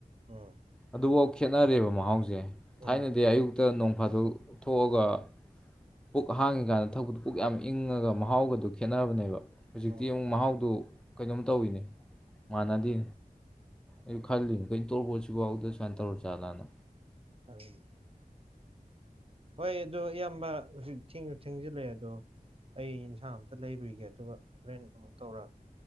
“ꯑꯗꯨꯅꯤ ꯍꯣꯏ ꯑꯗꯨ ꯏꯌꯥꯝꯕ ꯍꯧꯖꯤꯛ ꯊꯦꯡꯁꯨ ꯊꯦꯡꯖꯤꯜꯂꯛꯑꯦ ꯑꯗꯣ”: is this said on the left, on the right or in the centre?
Right